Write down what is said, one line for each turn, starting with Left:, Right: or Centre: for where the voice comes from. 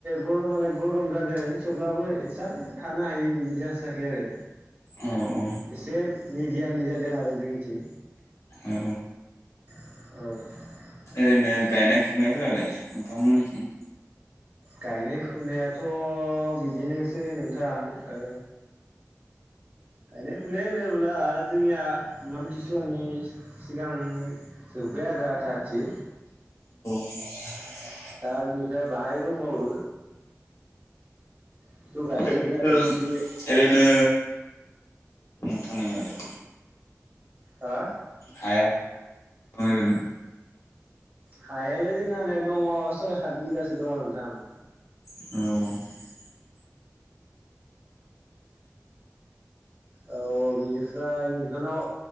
Right: गरमालाय गरम जादों थेवब्लाबो इसां थानो हायि बिदि जासोयाखै आरो।
Left: औ औ।
Right: एसे मिडियामनि जादों आरो जोंनिथिं।
Left: औ
Right: औ
Left: ओरैनो गायनाय फुनायफोरालाय नोंथांमोननिथिं
Right: गायनाय फुनायाथ बिदिनोसै नोंथां ओ गायनाय फुनाय होनोब्ला जोंनिया आामथिसुवानि सिगां जोब्बाय आरो आथा आथि
Left: <inaudible>
Right: दा बिनिफ्राय बाहाय दंबावो बेखौ गायसिगोन
Left: बे
Right: आरो
Left: ओ
Right: बे
Left: ओरैनो नोंथांनियालाय
Right: हा
Left: हाया? दं ओरैनो
Right: हायालाय जोंहानिया दङ' सय खात बिगासो दंङ' नोंथां।
Left: औ
Right: औ बिनिफ्राय नोंथांनाव